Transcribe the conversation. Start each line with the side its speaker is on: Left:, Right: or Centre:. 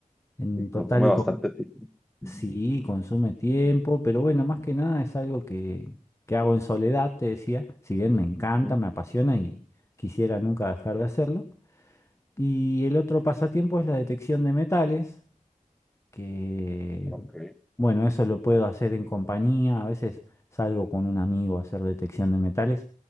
Left: En
Centre: Y
Left: total
Centre: consume
Left: y
Centre: bastante
Left: con,
Centre: tiempo. Ujú,
Left: sí, consume tiempo,
Centre: ujú,
Left: pero bueno, más que nada es algo que, que hago en soledad, te decía. Si bien me encanta,
Centre: ujú.
Left: me apasiona y quisiera nunca dejar de hacerlo. Y el otro pasatiempo es la detección de metales que,
Centre: Ok.
Left: bueno, eso lo puedo hacer en compañía, a veces salgo con un amigo a hacer detección de metales,